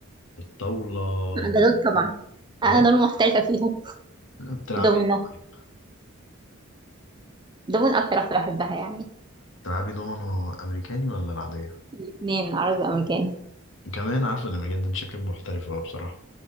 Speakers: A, on the left; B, on the right.
A: طاولة
B: ده دول طبعا
A: دومينو.
B: انا
A: إيه
B: دول محترفه فيهم
A: بتلعبي
B: دومينو
A: إيه طيب
B: دومينو اكتر واحده بحبها يعني
A: بتلعبي دومينو أمريكاني ولا العادية؟
B: الاثنين عربي وامريكاني
A: كمان عارفة الأمريكان ده أنت شكلك محترف أوي بصراحة